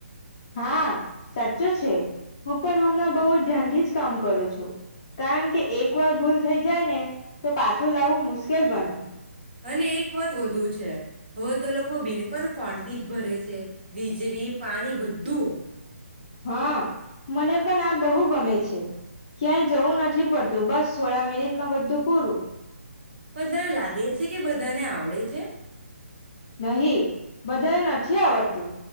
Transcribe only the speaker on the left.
હા સાચું છે હું પણ હમણાં બહુ ધ્યાનથી જ કામ કરું છું કારણ કે એક વાર ભૂલ થઈ જાય ને તો પાછું લાવવું મુશ્કેલ બને.
હા મને પણ આ બહુ ગમે છે ક્યાંય જવું નથી પડતું બસ થોડા મિનિટમાં બધું પૂરું.
નહી બધાને નથી આવડતું